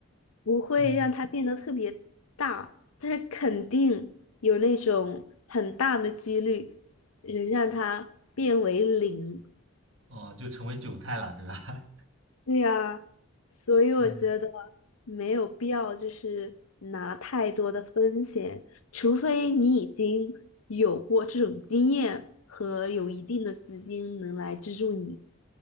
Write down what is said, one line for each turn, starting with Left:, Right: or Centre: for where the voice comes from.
Left: 不会让它变得特别大，
Right: 嗯
Left: 但是肯定有那种很大的几率能让它变为零。
Right: 哦、呃就成为韭菜了，对吧？
Left: 对啊，所以我觉得
Right: 嗯
Left: 没有必要就是拿太多的风险，除非你已经有过这种经验和有一定的资金能来资助你。